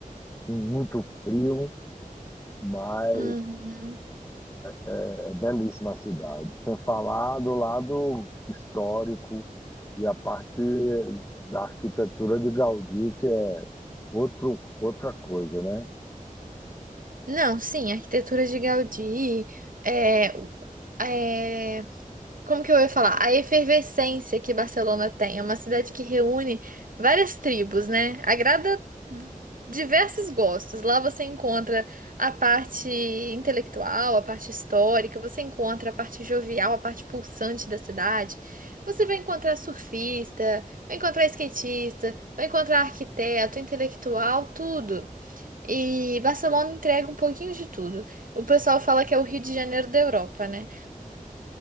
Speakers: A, on the left; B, on the right.
A: muito frio, mas
B: Uhum.
A: é, é belíssima a cidade. Sem falar do lado histórico e a parte da arquitetura de Gaudí, que é outro, outra coisa, né?
B: Não, sim, a arquitetura de Gaudí, é, o- é, como que eu ia falar? A efervescência que Barcelona tem, é uma cidade que reúne várias tribos, né? Agrada diversos gostos. Lá você encontra a parte intelectual, a parte histórica, você encontra a parte jovial, a parte pulsante da cidade. Você vai encontrar surfista, vai encontrar skatista, vai encontrar arquiteto, intelectual, tudo. E Barcelona entrega um pouquinho de tudo. O pessoal fala que é o Rio de Janeiro da Europa, né?